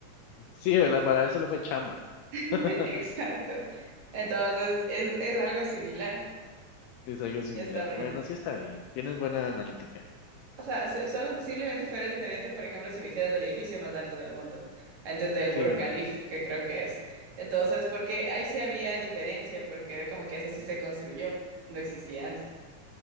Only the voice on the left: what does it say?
Sí, ¿verdad? Para eso lo fue chamba.
<laughs>
Es algo similar.
Bueno,
sí está bien. Tienes buena analítica.
Sí,
bueno,
ahí sí.